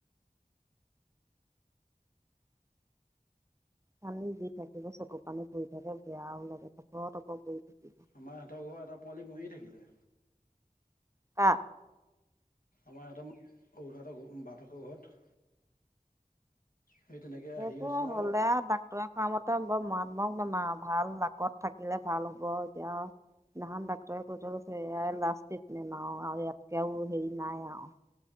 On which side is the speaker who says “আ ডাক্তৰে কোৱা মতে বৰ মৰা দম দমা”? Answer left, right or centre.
Right